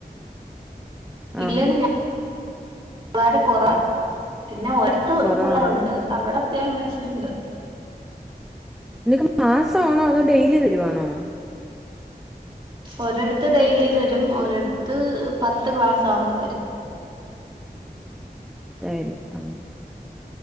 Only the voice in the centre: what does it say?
ആ
കുറവാണ്
നീക്കും മാസാണോ അതോ ഡെയിലി തെരുവാണോ
തരും അം